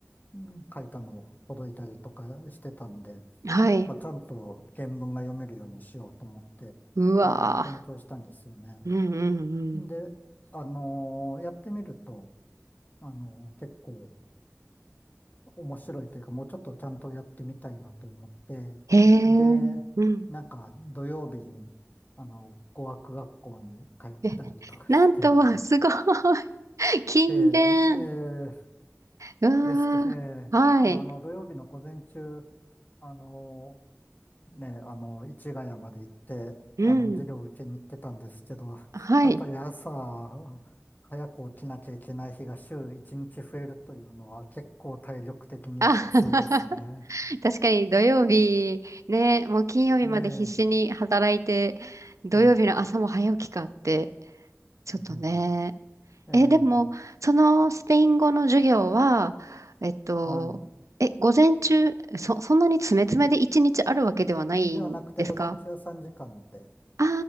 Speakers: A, on the left; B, on the right.
A: うん書いたの届いたりとかしてたんで、
B: はい。
A: まあ、ちゃんと原文が読めるようにしようと思って、
B: うわ
A: あの、勉強したんですよね。
B: ぁ。うん、うん、うん。
A: で、あの、やってみると、あの、結構面白いというか、もうちょっとちゃんとやってみたいなと思って、
B: へえ、
A: で、
B: うん。
A: なんか土曜日に、あの、語学学校に通ったりとかして、
B: え、なんとは、すごい。<laughs> 勤勉。
A: で、えー
B: うわぁ。
A: ですけど、えーでもあの、
B: はい。
A: 土曜日の午前中、あの、ね、あの、市ヶ谷まで行って、
B: うん。
A: あの、授業を受けに行ってたんですけど、
B: はい。
A: やっぱり朝、早く起きなきゃいけない日が週1日増えるというのは結構体力的にきついですね。
B: あ、<laughs> 確かに土曜日、ね、もう金曜日まで必死に働いて、
A: ええ、
B: 土曜日の朝も早起きかって、
A: うん、
B: ちょっとね。
A: うん、ええ、
B: え、でも、そのスペイン語の授業は、えっと、
A: はい。
B: え、午前中、そ、そんなに詰め詰めで一日あるわけではないんですか
A: ではなくて、午前中3時間で、
B: あ